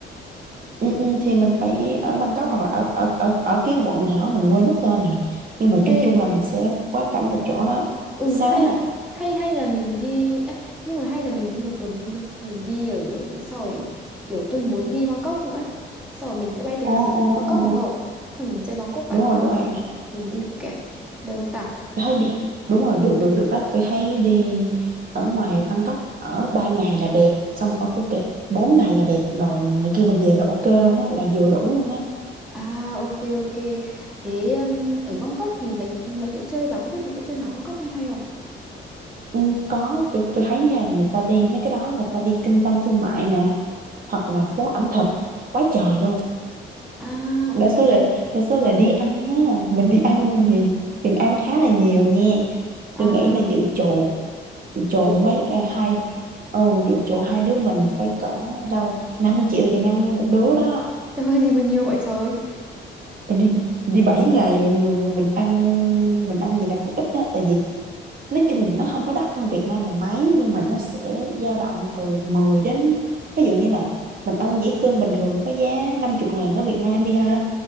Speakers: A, on the right; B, in the centre.
A: ừ, ừ, thì mình phải ở Bangkok hoặc là ở ở ở, ở cái quận nào á, mình quên mất tên này nhưng mà chung
B: Ê,
A: chung là mình sẽ quá cảnh là chỗ đó
B: ừ
A: sao
B: hay là
A: á
B: hay hay là mình đi à, nhưng mà hay là mình đi một tuần luôn đi. Mình đi ở sau rồi kiểu tôi muốn đi Bangkok nữa ấy. Sau rồi mình sẽ bay từ
A: ồ
B: Hà Nội
A: ồ
B: đến Bangkok
A: ồ
B: đúng không? Sau mình chơi Bangkok vài
A: đúng
B: hôm
A: rồi đúng rồi
B: mình mình đi Phuket. Được không ta?
A: tôi thấy đi đúng rồi được được được á tôi thấy đi ở ngoài Bangkok ở ba ngày là đẹp xong ở Phuket 4 ngày là đẹp rồi ngày kia mình về là ok luôn á là vừa đủ luôn á
B: À ok ok. Thế um, ở Bangkok thì mấy mấy chỗ chơi bà có biết mấy chỗ chơi nào Bangkok hay hay không?
A: Ừ, có tôi, tôi thấy nha người ta đi mấy cái đó người ta đi trung tâm thương mại nè hoặc là phố ẩm thực quá trời luôn
B: À ok.
A: đa số là đa số là đi ăn á mình đi ăn thì tiền ăn khá là nhiều nha
B: À
A: tôi nghĩ là dự trù dự trù
B: rồi.
A: mấy
B: <laughs>
A: à, hai ừ, dự trù hai đứa mình phải cỡ đâu 5 triệu tiền ăn cho một đứa đó
B: Trời ơi, gì mà nhiều vậy trời.
A: mình đi mình đi 7 ngày là mình, mình ăn mình ăn gì là còn ít á tại vì nói chung là nó không có đắt hơn Việt Nam là mấy nhưng mà nó sẽ dao động từ 10 đến ví dụ như là mình ăn dĩa cơm bình thường có giá 50 ngàn ở Việt Nam đi ha